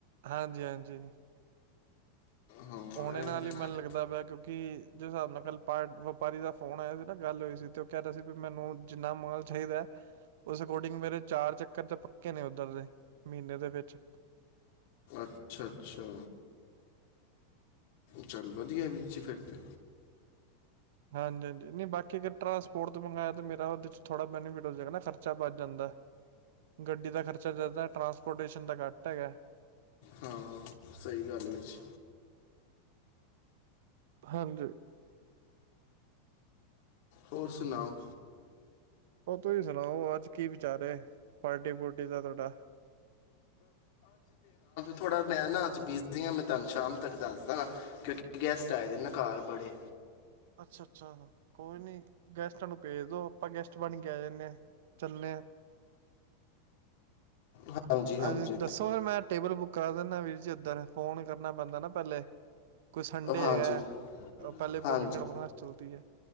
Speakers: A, on the right; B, on the left.
A: ਹਾਂਜੀ ਹਾਂਜੀ ਜੀ
B: ਹਾਂ
A: ਆਣੇ
B: ਐ-
A: ਨਾਲ ਹੀ ਮੈਨੂੰ ਲੱਗਦਾ ਦਾ ਕਿਉਂਕਿ ਜਿਸ ਹਿਸਾਬ ਨਾਲ ਕੱਲ ਵਪਾਰੀ ਦਾ ਫੋਨ ਆਇਆ ਸੀ ਨਾ ਗੱਲ ਹੋਈ ਸੀ ਤੇ ਉਹ ਕਹਿ ਰਿਹਾ ਸੀ ਵੀ ਮੈਨੂੰ ਜਿੰਨਾ ਮਗਲ ਚਾਹੀਦਾ ਹੈ ਉਸ ਅਕੋਰਡਿੰਗ ਮੇਰੇ ਚਾਰ ਚੱਕਰ ਚ ਪੱਕੇ ਨੇ ਉਓਧਰ ਦੇ ਮਹੀਨੇ ਦੇ ਵਿੱਚ
B: ਅੱਛਾ ਅੱਛਾ ਚੱਲ ਵਧੀਆ ਵੀਰੀ ਫਿਰ ਤੇ
A: ਹਾਂਜੀ ਹਾਂਜੀ ਨਹੀਂ ਬਾਕੀ ਅਰ ਟਰਾਂਸਪੋਰਟ ਤੋਂ ਮੰਗਵਾਆ ਤਾਂ ਮੇਰਾ ਉਹਦੇ ਚ ਥੋੜ੍ਹਾ ਬੈਨੀਫਿਟ ਹੋ ਜਾਗਾ ਨਾ ਖਰਚਾ ਵੱਧ ਜਾਂਦਾ ਗੱਡੀ ਦਾ ਖਰਚਾ ਜ਼ਿਆਦਾ ਟਰਾਂਸਪੋਰਟੇਸ਼ਨ ਦਾ ਘੱਟ ਹੈਗਾ
B: ਹਾਂ ਸਹੀ ਗੱਲ ਵੀ ਜੀ
A: ਹਾਂਜੀ
B: ਹੋਰ ਸੁਣਾਓ
A: ਉਹ ਤੁਸੀਂ ਸੁਣਾਓ ਅੱਜ ਕੀ ਵਿਚਾਰ ਪਾਰਟੀ ਪੁਰਟੀ ਦਾ ਤੁਹਾਡਾ
B: ਥੋੜ੍ਹਾ ਮੈਂ ਨਾ ਅੱਜ ਬਿਜ਼ੀ ਹਾਂ ਮੈਂ ਤੁਹਾਨੂੰ ਸ਼ਾਮ ਤੱਕ ਦੱਸਦਾ ਨਾ ਕਿਉਂਕਿ ਗੈਸਟ ਆਏ ਦੇ ਨਕਾਰ ਬੜੇ
A: ਅੱਛਾ ਅੱਛਾ ਕੋਈ ਨੀ ਗੈਸਟਰਾਂ ਨੂੰ ਭੇਜ ਦੋ ਆਪਾਂ ਗੈਸਟ ਬਣ ਕੇ ਆ ਜਾਂਦੇ ਹਾਂ ਚੱਲੇ ਹਾਂ
B: ਹਾਂਜੀ ਹਾਂਜੀ
A: ਅ ਦੱਸੋ ਫੇਿਰ ਮੈਂ ਟੇਬਲ ਬੁੱਕ ਕਰਾ ਦਿੰਦਾ ਵੀਰ ਜੀ ਉੱਧਰ ਫੋਨ ਕਰਨਾ ਪੈਂਦਾ ਨਾ ਪਹਿਲੇ ਕੋਈ ਸੰਡੇ
B: ਹਾਂਜੀ
A: ਹੈਗਾ ਪਹਿਲੇ
B: ਹਾਂਜੀ
A: ਬੁਕਿੰਗਸ ਚਲਦੀ ਹੈ